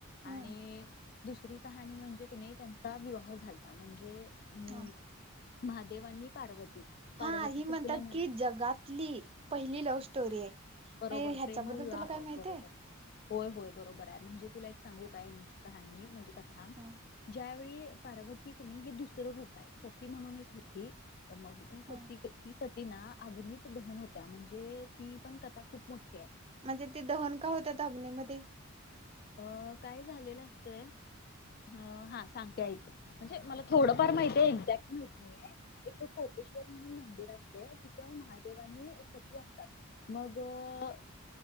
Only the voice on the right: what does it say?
हम्म
हा
हा ही म्हणतात
की जगातली पहिली लव्ह स्टोरी हाय.
आणि ह्याच्याबद्दल
तुला काय माहित
हाय.
ह
हा
म्हणजे ते दहन का होत्यात अग्नेमध्ये?